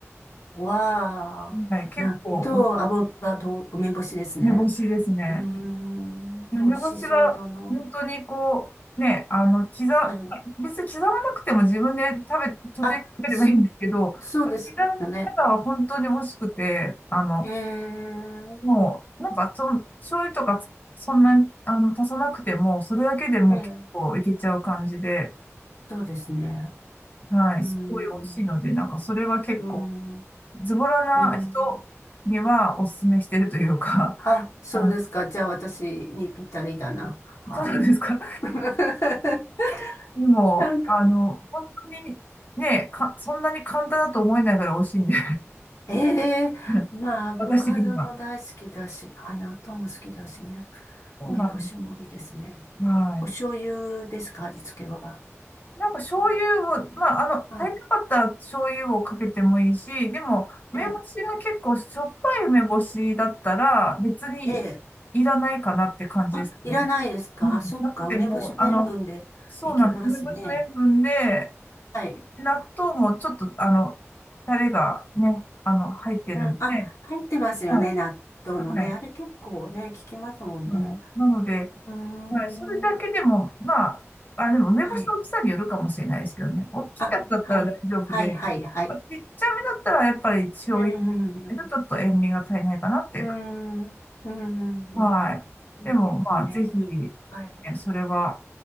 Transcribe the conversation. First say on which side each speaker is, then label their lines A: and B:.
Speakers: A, on the left (about 75°); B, on the left (about 35°).
A: わあ。
B: はい、結構、
A: 納豆、アボカド、梅干しですね。
B: 梅干しですね。
A: うーん、
B: 梅干しは、
A: 美味しそうだな。
B: 本当にこう、ね、あの、刻、
A: はい。
B: 別に刻まなくても自分で食べ、時々食べればいいんですけど、
A: あ、そ、
B: 刻
A: そうですかね。
B: んだら本当に美味しくて、あの、
A: へえ、
B: もう、なんか、その、醤油とかつそんなに、あの、足さなくても、それだけでもう結構いけちゃう感じで、
A: ええ、そうですね。
B: はい、
A: うん、
B: すごい美味しいので、なんか、それは結構、
A: うん、
B: ズボラな人にはおすすめしてるというか、
A: うん。あ、
B: <laughs>
A: そうですか。
B: あの、
A: じゃあ私にぴったりだな。はい。
B: どうなんですか
A: <laughs>
B: でも、
A: なんか、
B: あの、本当に、ね、か、そんなに簡単だと思えないぐらい美味しいんで
A: ええまあ、
B: <laughs>
A: アボカドも大好きだし、
B: 私的には。
A: はい、納豆も好きだしね。
B: そうなんで
A: 梅干しもいいですね。
B: す。はい。
A: お醤油ですか、味付けは。
B: なんか醤油を、
A: お
B: まあ、あの、足りなかったら醤油をかけてもいいし、
A: はい。
B: でも、梅干しが結構しょっぱい梅干しだったら別に
A: ええ、ええ
B: いらないかなって感じですね。
A: あ、いらないですかあ、
B: うん、
A: そっか。
B: なくても、
A: 梅干しの塩分でいけますね。
B: あの、そうなんです。梅干しの塩分で、
A: はい。
B: 納豆もちょっと、あの、タレがね、あの、入ってるんで、
A: うん。あ、入ってますよね。
B: はい、
A: 納豆のね。
B: はい。
A: あれ結構ね、効きますもんね。
B: うんなので、
A: うーん。
B: はい、それだけでも、まあ、あ、でも梅干しの大きさによるかもしれないですけどね。
A: はい。
B: 大きいやつだったら大丈夫で、
A: あ、はい。はい、はい、はい。
B: まあちっちゃめだったらやっぱり醤油
A: うん、
B: だとちょっと塩味が足りないかなっていうか。
A: うん、うん。うん、うん、うん。
B: はい。
A: うんいいですね。
B: でも、まあ、ぜひ、ね
A: はい。
B: それは、